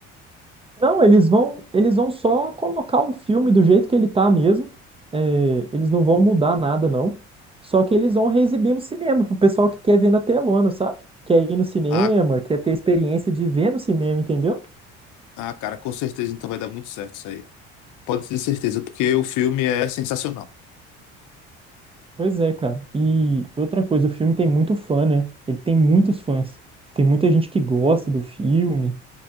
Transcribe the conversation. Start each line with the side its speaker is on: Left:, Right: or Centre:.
Right: Não, eles vão, eles vão só colocar o filme do jeito que ele tá mesmo. É, eles não vão mudar nada, não. Só que eles vão reexibir no cinema, pro pessoal que quer ver na telona, sabe? Quer ir no cinema,
Left: Ah,
Right: quer ter a experiência de ver no cinema, entendeu?
Left: ah, cara, com certeza então vai dar muito certo isso aí. Pode ter certeza, porque o filme é sensacional.
Right: Pois é, cara. E outra coisa, o filme tem muito fã, né? Ele tem muitos fãs. Tem muita gente que gosta do filme.